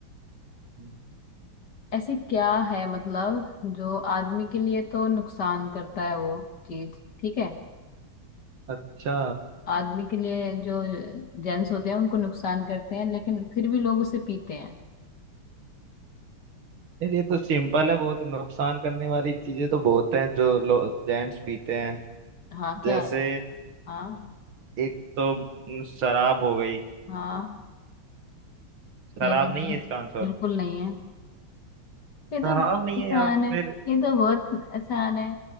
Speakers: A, on the right (about 70°); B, on the left (about 50°).
A: हम्म।
B: ऐसी क्या है मतलब जो आदमी के लिए तो नुकसान करता है वो चीज ठीक है
A: अच्छा
B: आदमी के लिए जो जेंट्स होते हैं उनको नुकसान करते हैं लेकिन फिर भी लोग उसे पीते हैं
A: नहीं, ये तो सिंपल है बहुत नुकसान करने वाली चीजें तो बहुत हैं जो लोग जेंट्स पीते हैं
B: हाँ क्या
A: जैसे
B: है हाँ
A: एक तो न, शराब हो गई
B: हाँ
A: शराब
B: ये नहीं
A: नहीं
B: है
A: है इसका आंसर
B: बिल्कुल नहीं है ये तो
A: शराब नहीं
B: आसान
A: है यार
B: है
A: फिर
B: ये तो बहुत आसान है